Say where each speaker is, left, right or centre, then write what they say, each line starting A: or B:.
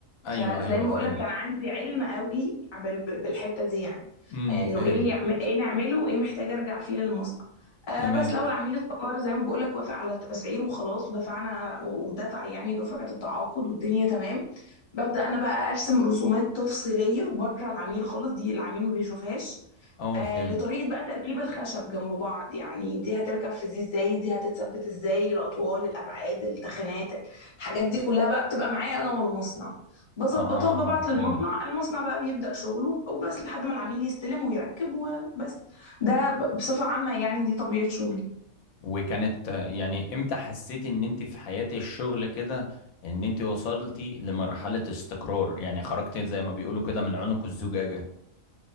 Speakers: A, on the left; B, on the left.
A: فزي
B: ايوه ايوه
A: ما بقولك
B: فهمت
A: كان عندي علم قوي بال- بالحته دي يعني
B: امم
A: انه
B: فهمت
A: ايه يعمل ايه نعمله وايه محتاجه ارجع فيه للمصنع آه
B: تمام
A: بس لو العميل استقر زي ما بقولك وافق على التسعير وخلاص ودفعنا و- ودفع يعني دفعه التعاقد والدنيا تمام ببدأ انا بقى ارسم رسومات تفصيليه بره العميل خالص دي العميل ما بيشوفهاش
B: اه
A: آه
B: فهمت
A: لطريقة بقى تركيب الخشب جنب بعض يعني دي هتركب في دي ازاي دي هتتثبت ازاي الأطوال الأبعاد التخانات الحاجات دي كلها بقى بتبقى معايا أنا والمصنع بظبطها
B: اه
A: وببعت للمصنع
B: فهمت
A: المصنع بقى بيبدأ شغله وبس لحد ما العميل يستلم ويركب وبس ده ب- بصفة عامة يعني دي طبيعة شغلي
B: وكانت آه، يعني امتى حسيتي ان انت في حياة الشغل كده ان انت وصلتي لمرحلة استقرار يعني خرجتي زي ما بيقولوا كده من عنق الزجاجة